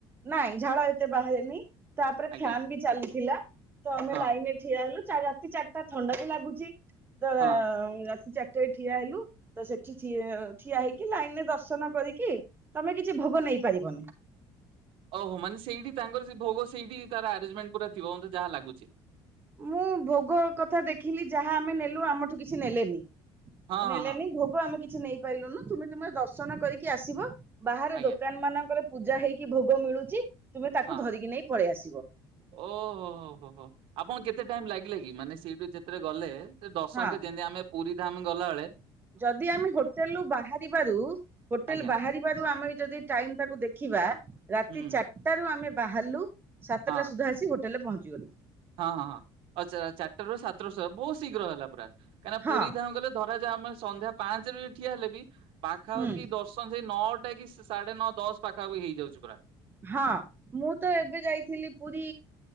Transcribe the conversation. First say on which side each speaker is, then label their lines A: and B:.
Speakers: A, on the right; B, on the right.
A: ନାଇଁ ଝାଳ ଏତେ ବାହାରେନି ତାପରେ ଫ୍ୟାାନ
B: ଆଜ୍ଞା ଆଜ୍ଞା
A: ବି ଚାଲିଥିଲା ତ ଆମେ
B: ହଁ
A: ଲାଇନରେ ଠିଆ ହେଲୁ। ଚା ରାତି ଚାର ଟା ଥଣ୍ଡା ବି ଲାଗୁଛି ତ
B: ହଁ
A: ରାତି ଚା ଟେ ଠିଆ ହେଲୁ ତ ସେଠି ଠିଆ ହେଇକି ଲାଇନ ରେ ଦର୍ଶନ କରିକି ତମେ କିଛି ଭୋଗ ନେଇପାରିବନି।
B: ଓହୋ ମାନେ ସେଇଠି ତାଙ୍କର ସେ ଭୋଗ ସେଇି ତାର ଆରେ୍ନ୍ଜମେଣ୍ଟ ଥିବ ମେ ଯାହା ଲାଗୁଛି।
A: ମୁଁ ଭୋଗ କଥା ଦେଖିଲି ଯାହା ଆମେ ନେଲୁ ଆମଠୁ କିଛି ନେଲେନି।
B: ହଁ
A: ନେ
B: ହଁ
A: ହେଲାନି
B: ହଁ
A: ଭୋଗ ଆମେ କିଛି କିଛି ନେଇପାରିଲୁନୁ ତୁମେ ତୁମର ଦର୍ଶନ କରିକି ଆସିବ। ବାହାରେ
B: ଆଜ୍ଞା
A: ଦୋକାନ ମାନଙ୍କର ପୂଜା ହେଇକି ଭୋଗ ମିଳୁଛି। ତୁମେ ତାକୁ
B: ହଁ
A: ଧରିକି ନେଇ ପଳେଇଆସ। <inaudible>
B: ଓହୋ ହୋ ହୋ ହୋ ଆପଣଙ୍କୁ କେତେ ଟାଇମ ଲାଗିଲା କି ମାନେ ସେଇଠୁ ଯେତେବେଳେ ଗଲେ? ଦଶକ
A: ହଁ
B: ଯେମିତି ଆମେ ପୁରୀ ଧାମ୍ ଗଲାବେେଳେ
A: ଯଦି ଆମେ ହୋଟେଲରୁ ବାହାରିବାରୁ ହୋଟେଲ
B: ଆଜ୍ଞା
A: ବାହାରିବାରୁ ଆମେ ଯଦି ଟାଇମଟାକୁ ଦେଖିବା ରାତି
B: ହୁଁ
A: ଚାରିଟା
B: ହୁଁ
A: ରୁ ଆମେ ବାହାରାଲୁ। ସାତଟା
B: ହଁ
A: ସୁଧା ଆସି ଗୋଟେ <unintelligible> ପହଞ୍ଚିଗଲୁ।
B: ହଁ ହଁ ହଁ ଚାରିଟାରୁ ସାତର ବହୁତ ଶୀଘ୍ର ହେଲା ପୁରା କାହିକନା
A: ହଁ
B: ପୁରୀ ଧାମ ଗଲେ ଆମେ ସନ୍ଧ୍ୟା ପାଞ୍ଚରେ ବି ଠିଆ ହେଲେ ବି ପାଖାପାଖି
A: ହୁଁ
B: ଦର୍ଶନ ସେଇ ନଅ ସେଟା କି ସାଢେ ନଅ ଦଶ ପାଖା ବି ହେଇଯାଉଛି ପୁରା।
A: ହଁ ମୁଁ ତ ଏବେ ଯାଇଥିଲି ପୁରୀ